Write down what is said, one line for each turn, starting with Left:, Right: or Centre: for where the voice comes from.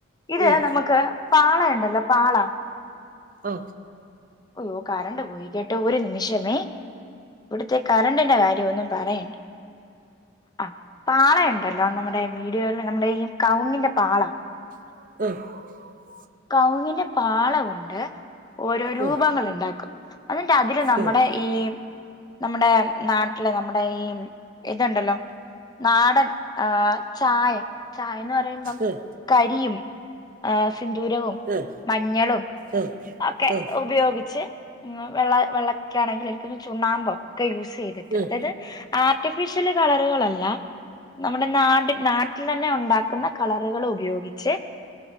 Left: ഇത്
Right: ഉം,
Left: നമുക്ക് പാള ഉണ്ടല്ലോ പാള
Right: ആ,
Left: അയ്യോ കറണ്ട് പോയി കേട്ടോ ഒരു നിമിഷമേ ഇവിടുത്തെ കറണ്ടിന്റെ കാര്യം ഒന്നും പറയണ്ട ആ പാള ഉണ്ടല്ലോ നമ്മുടെ വീടുകളിൽ നമ്മുടെ ഈ കൗങ്ങിന്റെ പാള
Right: <unintelligible>
Left: കുങ്ങിന്റെ പാള കൊണ്ട് ഓരോ രൂപങ്ങൾ
Right: ഉം,
Left: ഉണ്ടാക്കും എന്നിട്ട അതില് നമ്മുടെ
Right: ഉം,
Left: ഈ നമ്മുടെ നാട്ടിലെ നമ്മുടെ ഈ ഇതുണ്ടല്ലോ നാടൻ ആഹ ചായ ചായന്ന് പറയുമ്പം
Right: ഉം,
Left: കരിയും ആ സിന്ദൂരവും
Right: ഉം,
Left: മഞ്ഞളും
Right: ഉം, ഉം.
Left: ഒക്കെ
Right: ഉം.
Left: ഉപയോഗിച്ച് വെള്ള വെള്ളക്കാണെങ്കിൽ എ പിന്നെ ചുണ്ണാുമ്പോം യൂസ് ചെയ്തിട്ട്
Right: ഉം,
Left: അതായത് ആർട്ടിഫിഷ്യൽ കളറുകളല്ല നമ്മുടെ നാട് നാട്ടില തന്നെ ഉണ്ടാക്കുന്ന കളറുകൾ ഉപയോഗിച്ച്